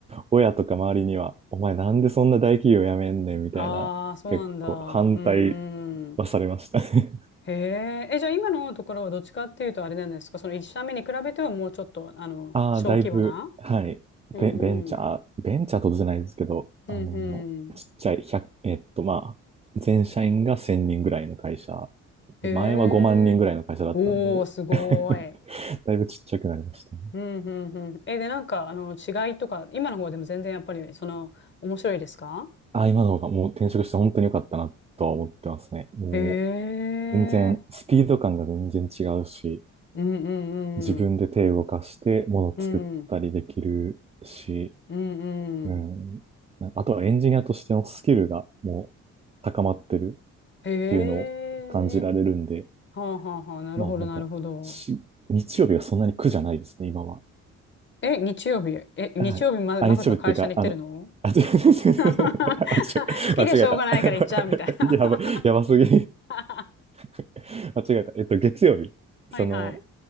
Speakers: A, on the right (about 20°); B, on the left (about 40°).
A: 親とか周りには、お前なんでそんな大企業辞めんねんみたいな、
B: ああ、そうなんだ。
A: 結構反対
B: うんうん。
A: はされましたね
B: へえ、え、じゃあ今のところはどっちかっていうとあれなんですか、その一社目に比べてはもうちょっと、あの、
A: ああ、
B: 小規模な
A: だいぶ、はい。
B: うんうん。
A: ベ、ベンチャー、ベンチャーとじゃないですけど、
B: うんうん。
A: あの、ちっちゃい、1えっと、まあ、全社員が1000人ぐらいの会社。
B: ええ
A: で前は5万人ぐらいの会社だったんで、
B: おー、すごーい。
A: <laughs> だいぶちっちゃくなりましたね。
B: うん、うん、うん。え、で、なんか、あの、違いとか、今の方でも全然やっぱり、その、面白いですか
A: ああ、今の方がもう転職して本当に良かったなとは思ってますね。も
B: へえ、
A: う、全然、スピード感が全然違うし、
B: うん、うん、
A: 自分で手を動かして物作ったりできるし、
B: うん。うん、うん、
A: うん。
B: うん。
A: なんかあとはエンジニアとしてのスキルがもう高まってる
B: へえ、
A: っていうのを感じられるんで、
B: はあ、はあ、はあ、なるほど、
A: まあなんかし、
B: なるほど。
A: 日曜日がそんなに苦じゃないですね、今は。
B: え、日曜日、え、日曜日ま、
A: はい。あ、
B: まさか会社に行ってるの
A: 日曜日っていうか、あの、
B: <laughs>
A: あ、違う、
B: 好きでしょうがないから行っちゃうみたいな
A: <laughs> 間違えた。<laughs> やば、やばすぎ。
B: <laughs>
A: <laughs> 間違えた。えっと、月曜日。
B: はいはい。
A: その、